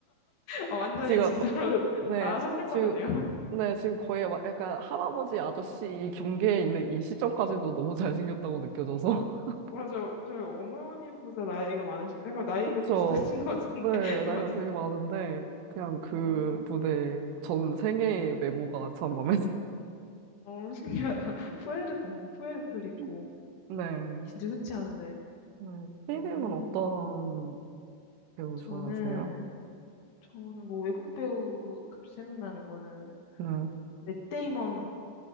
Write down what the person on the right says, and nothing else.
제가,
거-
네,
지금, 네, 지금
거의 막 약간 할아버지 아저씨 경계에 있는 이 시점까지도 너무 잘생겼다고 느껴져서. <laughs>
그쵸.
네,
나이가
되게 많은데, 그냥 그
무대 전 생애의 외모가 참 마음에
드네요.
<laughs> 네.
네, 삐님은
어떤 배우
좋아하세요?
네.